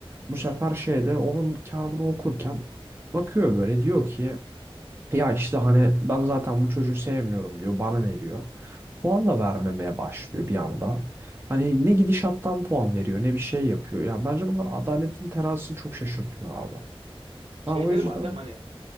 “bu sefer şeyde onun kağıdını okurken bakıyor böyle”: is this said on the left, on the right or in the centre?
Right